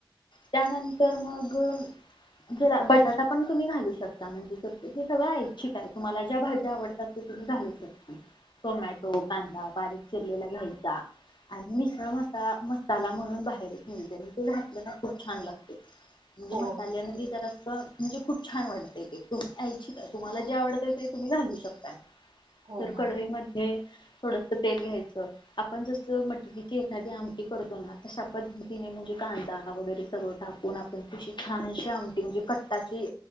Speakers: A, on the left (about 65°); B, on the right (about 85°).
A: त्याननंतर मग ज बटाटा पण तुम्ही घालू शकता म्हणजे जर हे सगळं ऐच्छिक आहे तुम्हाला ज्या भाज्या आवडतात ् घालू शकता टोमॅटो कांदा बारीक चिरलेला घ्यायचा आणि मिसळ मसाला मसाला म्हणून बाहेर ते घातलं खूप छान लागते म्हणजे
B: हो
A: मसाल्या म्हणजे खूप छान वाटतेय तुही ऐछिक का तुम्हाला जे आवडत ते तुम्ही घालू शकता
B: हो
A: तर
B: मॅम
A: कढईमध्ये थोडस तेल घ्यायचं आपण जस मटकीची एखादी आमटी करतो ना तश्या पद्धतीने म्हणजे कांदा वगैरे सगळं टाकून आपण तशी छानशीे आमटी म्हणजे कट्टाची